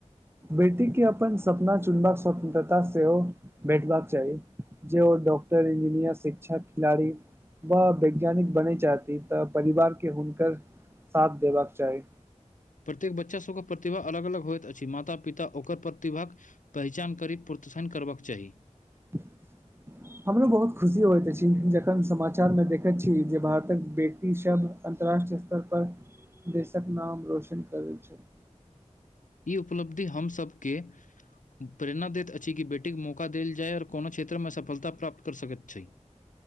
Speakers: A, on the right; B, on the left.
A: बेटी के अपन सपना चुनबाक स्वतंत्रता सेहो भेटबाक चाही जे ओ डॉक्टर इंजीनियर शिक्षक खिलाड़ी वाह वैज्ञानिक बने चाहती तऽ परिवार के हुनकर साथ देबाक चाही।
B: प्रत्येक बच्चासभके प्रतिभा अलग अलग होइत अछि माता पिता ओकर प्रतिभाक पहिचान करी प्रोत्साहन करबाक चाही।
A: <unintelligible> हमरो बहुत खुशी होइत अछि जखन समाचारमे देखैत छी जे भारतक बेटी सब अन्तर्राष्ट्रीय स्तर पर देशक नाम रोशन करैत छैथ।
B: ई उपलब्धि हम सभके प्रेरणा दैत अछि कि बेटीके मौका देल जाय ओर कोनो क्षेत्रमे सफलता प्राप्त कर सकैत छैय।